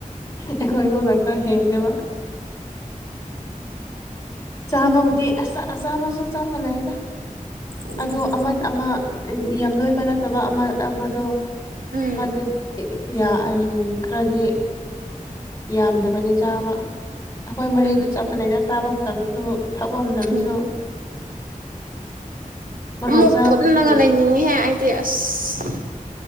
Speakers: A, on the left (about 20°); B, on the right (about 85°).
A: ꯑꯩꯈꯣꯏ ꯍꯣꯟꯗ ꯈꯔ ꯍꯦꯟꯉꯦꯕ ꯆꯥꯝꯃꯕꯨꯗꯤ ꯆꯥꯝꯃꯁꯨ ꯆꯥ ꯃꯥꯟꯅꯩꯗ
B: ꯎꯝ
A: ꯑꯗꯣ ꯑꯃ ꯑꯃ ꯌꯥꯝ ꯅꯣꯏꯕ ꯅꯠꯇꯕ ꯑꯃ ꯑꯃꯗꯣ
B: ꯎꯝ
A: ꯃꯗꯨꯗꯤ ꯌꯥꯑꯅꯤ ꯈꯔꯗꯤ ꯌꯥꯝꯗꯕꯅꯦ ꯆꯥꯕ ꯑꯩꯈꯣꯏ ꯃꯔꯤꯗꯤ
B: ꯎꯝ
A: ꯆꯞ ꯃꯥꯟꯅꯩꯅ ꯆꯥꯕ ꯃꯇꯝꯗꯁꯨ ꯊꯛꯄ ꯃꯇꯝꯁꯨ
B: ꯎꯝ
A: ꯃꯣꯔꯣꯛ
B: ꯑꯃꯨꯛ
A: ꯆꯥꯕꯒꯤꯁꯨ
B: ꯄꯨꯜꯂꯒ ꯂꯩꯅꯤꯡꯉꯦꯍꯦ ꯑꯩꯗꯤ ꯑꯁ